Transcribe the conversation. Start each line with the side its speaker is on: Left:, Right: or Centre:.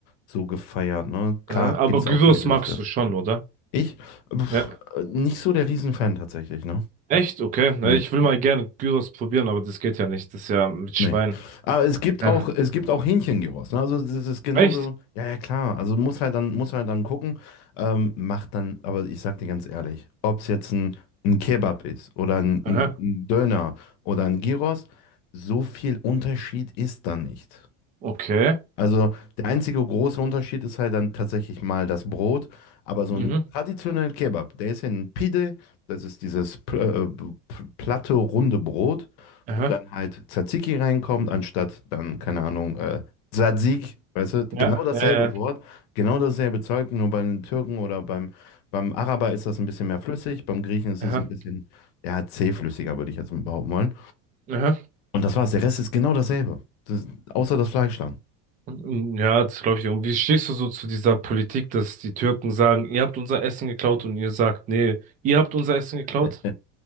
Left: so gefeiert, ne? Klar,
Right: Ja, aber
Left: gibt es
Right: Gyros
Left: auch viele Gerichte.
Right: magst du schon, oder?
Left: Ich, pf,
Right: Ja.
Left: nicht so der Riesenfan tatsächlich, ne?
Right: Echt? Okay. Na,
Left: Nee.
Right: Ich will mal gerne Gyros probieren, aber das geht ja nicht. Das ist ja mit Schwein.
Left: Nee. Aber es gibt
Right: Ja.
Left: auch, es gibt auch Hähnchengyros. Ne? Also das ist genauso,
Right: Echt?
Left: ja, ja, klar. Also muss halt dann, muss halt dann gucken, ähm, macht dann, aber ich sag dir ganz ehrlich, ob es jetzt ein, ein Kebab ist oder ein, ein
Right: Aha.
Left: ein Döner oder ein Gyros, so viel Unterschied ist da nicht.
Right: Okay.
Left: Also der einzige große Unterschied ist halt dann tatsächlich mal das Brot, aber so
Right: Mhm.
Left: ein traditioneller Kebab, der ist ja ein Pide, das ist dieses pl- äh, p- platte, runde Brot,
Right: Aha.
Left: wo dann halt Tzatziki reinkommt, anstatt dann, keine Ahnung, äh, Tzatziki, weißt du,
Right: Ja.
Left: genau dasselbe
Right: Äh,
Left: Wort, genau dasselbe Zeug, nur bei den Türken oder beim, beim Araber ist das ein bisschen mehr flüssig, beim Griechen ist
Right: aha.
Left: es ein bisschen, ja, zähflüssiger, würde ich jetzt mal behaupten wollen.
Right: Aha.
Left: Und das war's, der Rest ist genau dasselbe, das, außer das Fleisch dann.
Right: Mm, Ja, das glaube ich. Und wie stehst du so zu dieser Politik, dass die Türken sagen, ihr habt unser Essen geklaut und ihr sagt, nee, ihr habt unser Essen geklaut?
Left: <laughs>